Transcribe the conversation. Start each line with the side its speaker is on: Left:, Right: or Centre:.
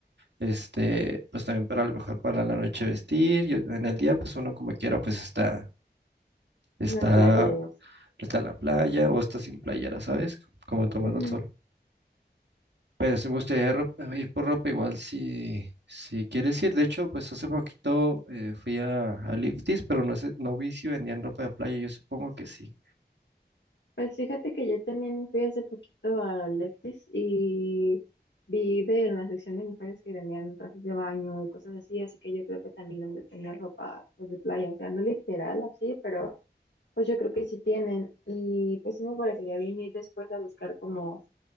Right: este, pues también para a lo mejor para la noche vestir, y en el día pues uno como quiera pues está, está
Left: una playa y eso.
Right: está en la playa o está sin playera, ¿sabes? Como tomando
Left: Ujú.
Right: el sol. Pero si me gustaría ro- ir por ropa igual si, si quieres ir. De hecho, pues hace poquito eh, fui a, a Lifties, pero no, sé- no vi si vendían ropa de playa. Yo supongo que sí.
Left: Pues fíjate que yo también fui hace poquito a Lefties y vi de en la sección de mujeres que vendían trajes de baño y cosas así, así que yo creo que también deben de tener ropa pues, de playa, o sea, no literal así, pero pues yo creo que sí tienen y pues sí me parecería bien ir después a buscar como